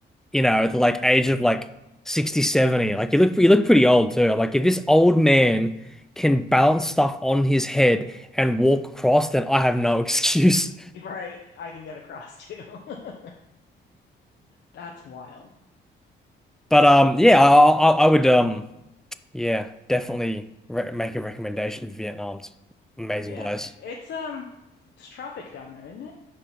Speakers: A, in the centre; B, on the left.
A: you know, at the like age of like 60 70, like you look you look pretty old too. Like if this old man can balance stuff on his head and walk across, then I have no <laughs> excuse.
B: Right, I can get across too. <laughs> That's wild.
A: But um, yeah, I I, I would um. Yeah, definitely re make a recommendation for Vietnam. It's an amazing
B: Yeah.
A: place.
B: It's um it's tropic down there, isn't it?